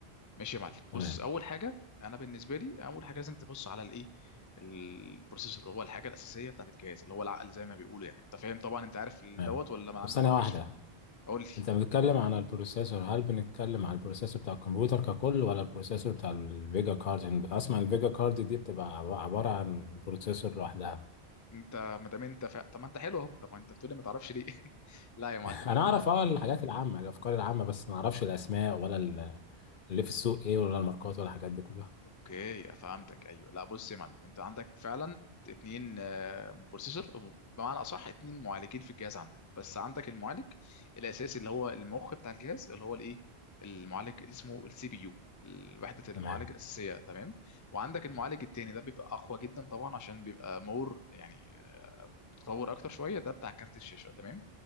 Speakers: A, on the left (about 30°); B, on the left (about 60°).
A: ماشي يا معلم بص
B: تمام
A: اول حاجه انا بالنسبه لي اول حاجه لازم تبص على الايه البروسيسور هو الحاجه الاساسيه بتاعت الجهاز اللي هو العقل زي ما بيقولوا يعني انت فاهم طبعا انت عارف
B: تمام
A: دوت ولا ما عن-
B: طب ثانيه
A: ما عندكش
B: واحده
A: فكره قول لي
B: انت بتتكلم عن البروسيسور هل بنتكلم عن البروسيسور بتاع الكمبيوتر ككل ولا البروسيسور بتاع الفيجا كارد يعني اسمع الفيجا كارد دي بتبقى عباره عن بروسيسور لوحدها
A: انت ما دام انت فا... طب ما انت حلو اهو طب ما انت بتقولي ما تعرفش ليه <laughs> لا يا معلم
B: انا
A: هو
B: اعرف اه الحاجات العامه الافكار العامه بس ما اعرفش الاسماء ولا ال- اللي في السوق ايه ولا الماركات ولا الحاجات دي كلها
A: اوكي فهمتك ايوه لا بص يا معلم انت عندك فعلا اتنين آه، بروسيسور بمعنى اصح اتنين معالجين في الجهاز عندك بس عندك المعالج الاساسي اللي هو المخ بتاع الجهاز اللي هو الايه المعالج اللي اسمه السي بي يو وحدة المعالج
B: تمام
A: الأساسية تمام وعندك المعالج التاني ده بيبقى أقوى جدا طبعا عشان بيبقى مور يعني تطور اكتر شويه ده بتاع كارت الشاشه تمام